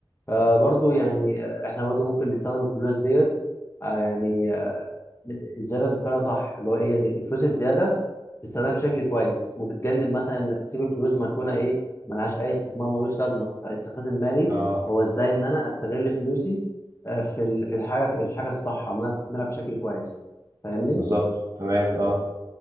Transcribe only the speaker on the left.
فبرضه يعني احنا برضه ممكن نستخدم الفلوس ديت آه يعني الزياده بطريقه صح اللي هو ايه يعني الفلوس الزياده تستخدمها بشكل كويس وتتجنب مثلا انك تسيب الفلوس مركونه ايه ملهاش اي استثمار ملوش لازمه فالتخطيط المالي
هو ازاي ان انا استغل فلوسي آه، في ال- في الحاجه الحاجه الصح ان انا استثمرها بشكل كويس فاهمني